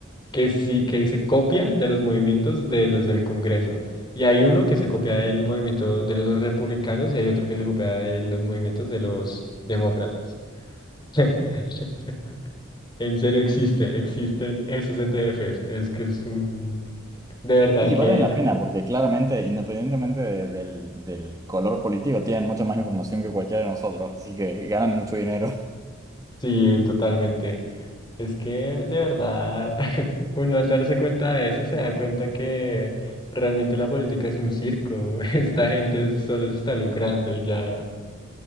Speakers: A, on the left; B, on the right.
A: que sí, que se copia de los movimientos de los del Congreso. Y hay uno que se copia del movimiento de los republicanos y hay otro que se copia de los movimientos de los demócratas. <laughs> En serio existe, existen esos ETFs. Es que es un... De verdad
B: Y
A: que...
B: valen la
A: la-
B: pena, porque claramente, independientemente de- del, del color político, tienen mucha más información que cualquiera de nosotros, así que ganan mucho dinero.
A: Sí, totalmente. Es que de verdad, <laughs> uno al darse cuenta de eso se da cuenta que realmente la política es un circo. <laughs> Esta gente solo se está lucrando y ya.